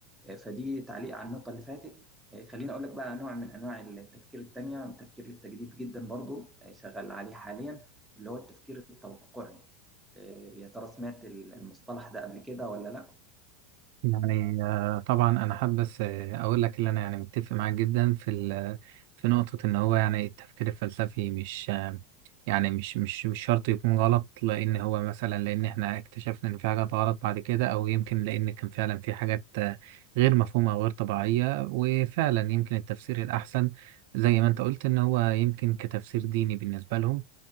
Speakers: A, in the centre; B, on the right.
A: آه، فدي تعليق على النقطة اللي فاتت آه، خليني أقول لك بقى نوع من أنواع التفكير التانية تفكير لسه جديد جدا برضو آه، شغال عليه حاليا اللي هو التفكير التوقعي آه، يا ترى سمعت المصطلح ده قبل كده ولا لا
B: يعني آه، طبعا انا حابب بس آه، اقول لك اللي انا يعني متفق معاك جدا في ال- في نقطة ان هو يعني التفكير الفلسفي مش آه، يعني مش مش مش شرط يكون غلط لان هو مثلا لان احنا اكتشفنا ان في حاجات غلط بعد كده او يمكن لان كان فعلا في حاجات آه، غير مفهومة او غير طبيعية وفعلا يمكن التفسير الاحسن زي ما انت قلت ان هو يمكن كتفسير ديني بالنسبة لهم